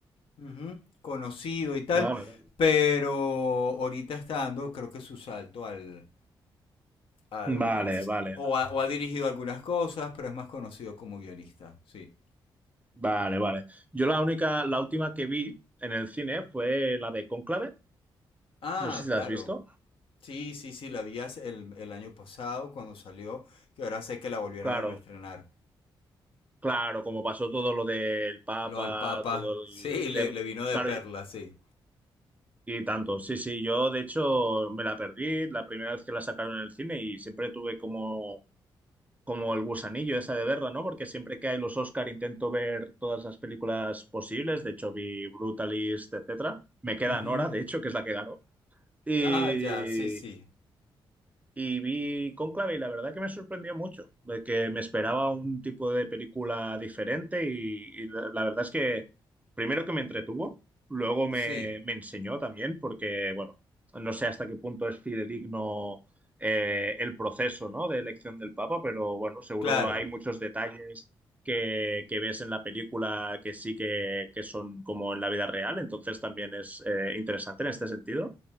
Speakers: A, on the left (about 70°); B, on the right (about 15°).
A: ujú, conocido y tal,
B: vale.
A: pero ahorita está dando creo que su salto al, al
B: Vale, vale,
A: o ha, o ha dirigido algunas cosas, pero es más conocido como guionista, sí.
B: vale, vale. Yo la única, la última que vi en el cine fue la de Cónclave.
A: Ah,
B: No sé si
A: claro.
B: la has visto.
A: Sí, sí, sí, la vi hace- el, el año pasado cuando salió, que ahora sé que la volvieron
B: Claro,
A: a reestrenar.
B: claro, como pasó todo lo del Papa,
A: Lo del Papa,
B: todo
A: sí,
B: el
A: le,
B: tema.
A: le vino de
B: Claro,
A: perla,
B: yo-
A: sí.
B: y tanto. Sí, sí, yo de hecho me la perdí la primera vez que la sacaron en el cine y siempre tuve como como el gusanillo esa de verla, ¿no? Porque siempre que hay los Oscar intento ver todas las películas posibles. De hecho, vi Brutalist, etcétera. Me queda
A: Ujú.
B: Nora, de hecho, que es la que ganó. Y,
A: Ah, ya, sí, sí.
B: y vi Cónclave y la verdad que me sorprendió mucho, de que me esperaba un tipo de película diferente y, y la la verdad es que primero que me entretuvo, luego
A: Sí,
B: me, me enseñó también, porque bueno, no sé hasta qué punto es fidedigno eh, el proceso, ¿no? de elección del Papa, pero bueno, seguro
A: claro,
B: hay muchos detalles que, que ves en la película que sí que, que son como en la vida real, entonces también es eh, interesante en este sentido.